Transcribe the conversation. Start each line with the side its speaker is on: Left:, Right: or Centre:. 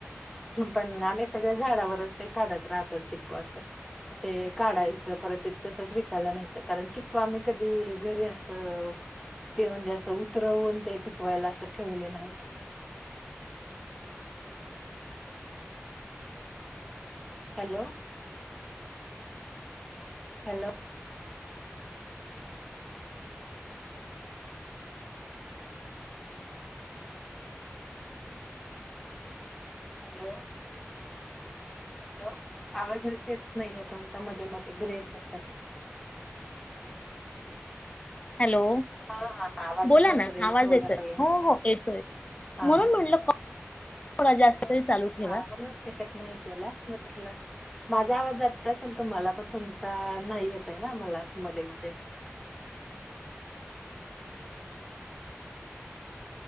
Centre: पण आम्ही सगळे झाडावरच ते काढत राहतो चिकू असं ते काढायचं परत ते तसच विकायला न्यायचं कारण चिकू आम्ही कधी घरी असं ठेऊन जास्त उतरवून ते पिकवायला असं ठेवले नाहीत. हॅलो हॅलो हॅलो हॅलो आवाजच येत नाहीय तुमचा मध्ये मध्ये ब्रेक होतय.
Left: हॅलो
Centre: हा हा आवाज
Left: बोला
Centre: असा
Left: ना
Centre: ब्रेक
Left: आवाज
Centre: होऊ
Left: येतोय
Centre: लागला
Left: हो हो येतोय
Centre: हा
Left: म्हणून म्हणलं कॉल थोडा जास्त तरी चालू ठेवा.
Centre: <unintelligible> म्हटलं माझा आवाज जात नसेल तर मला पण तुमचा नाही येतय ना मला असं मध्ये मध्ये.